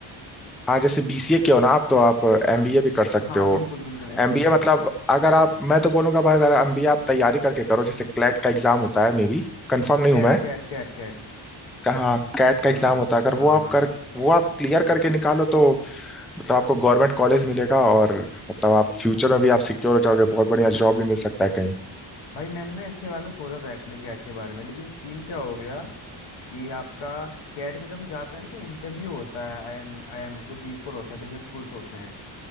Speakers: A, in the centre; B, on the left (about 70°).
A: हाँ जैसे बीसीए किया हो ना आप तो आप
B: हाँ
A: एमबीए भी कर सकते
B: हाँ
A: हो
B: बिल्कुल बिल्कुल MBA
A: एमबीए मतलब अगर आप मैं तो बोलूंगा भाई अगर एमबीए आप तैयारी करके करो जैसे क्लैट का एग्जाम होता है मे बी कंफर्म नहीं
B: CAT
A: हूं मैं
B: CAT CAT CAT
A: हाँ कैट का
B: हाँ
A: एग्जाम होता
B: हाँ
A: है अगर
B: हाँ
A: वो आप कर
B: हाँ।
A: वो आप क्लियर करके निकालो तो मतलब आपको गवर्नमेंट कॉलेज मिलेगा और मतलब आप फ्यूचर में भी आप सिक्योर हो जाओगे बहुत बढ़िया जॉब भी मिल सकता है कहीं
B: भाई मैंने ना इसके बारे में सोचा था एक्चुअली कैट के बारे में लेकिन सीन क्या हो गया कि आपका कैट में जब हम जाते हैं ना तो इंटरव्यू होता है आई एम आई एम जो बी स्कूल होते हैं बिजनेस स्कूल्स होते हैं